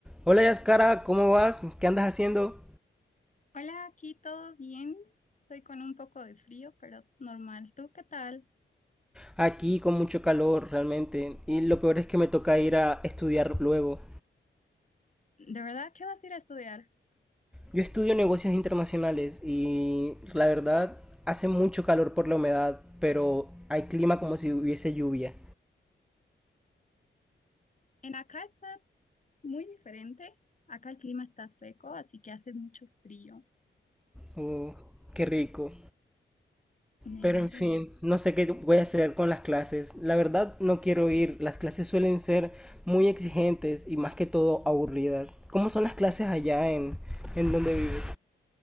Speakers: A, in the centre; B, on the left.
A: Hola Yaskara, ¿cómo vas? ¿Qué andas haciendo?
B: Hola, aquí todo bien. Estoy con un poco de frío, pero normal. ¿Tú qué tal?
A: Aquí con mucho calor realmente y lo peor es que me toca ir a estudiar luego.
B: ¿De verdad qué vas a ir a estudiar?
A: Yo estudio negocios internacionales y la verdad hace mucho calor por la humedad, pero hay clima como si hubiese lluvia.
B: En acá está muy diferente. Acá el clima está seco, así que hace mucho frío.
A: Uh, qué rico.
B: Negocios.
A: Pero en fin, no sé qué voy a hacer con las clases. La verdad no quiero ir. Las clases suelen ser muy exigentes y más que todo aburridas. ¿Cómo son las clases allá en, en donde vives?